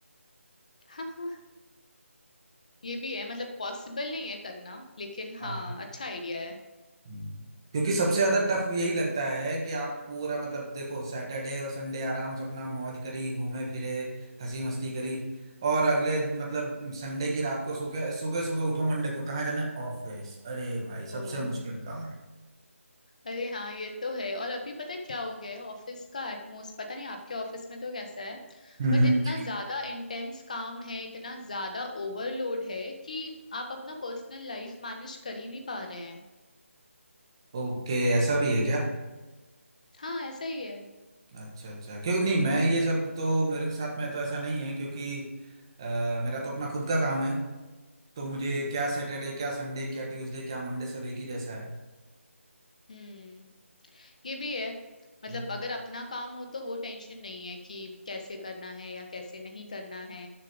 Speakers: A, on the left; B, on the right.
A: हाँ हाँ ये भी है मतलब पॉसिबल नहीं है करना लेकिन हाँ
B: हाँ
A: अच्छा आइडिया है
B: हम्म। क्योंकि सबसे ज्यादा टफ यही लगता है कि आप पूरा मतलब देखो सैटरडे और संडे आराम से अपना मौज करी घूमे फिरे हंसी मस्ती करी और अगले मतलब संडे की रात को सो के सुबह सुबह उठो मंडे को कहाँ जाना है ऑफिस अरे भाई
A: ओ
B: सबसे मुश्किल काम
A: अरे हाँ ये तो है और अभी पता है क्या हो गया है ऑफिस का एटमोस पता नहीं आपके ऑफिस में तो कैसा है
B: हम्म
A: बट इतना ज्यादा इंटेंस काम है इतना ज्यादा ओवरलोड है कि आप अपना पर्सनल लाइफ मैनेज कर ही नहीं पा रहे हैं
B: ओके ऐसा भी है क्या
A: हाँ ऐसा ही है
B: अच्छा अच्छा क्यों नहीं मैं ये सब तो मेरे के साथ में तो ऐसा नहीं है क्योंकि अ, मेरा तो अपना खुद का काम है तो मुझे क्या सैटरडे क्या संडे क्या ट्यूसडे क्या मंडे सब एक ही जैसा है
A: हम्म ये भी है मतलब
B: हम्म,
A: अगर अपना काम हो तो वो टेंशन नहीं है कि कैसे करना है या कैसे नहीं करना है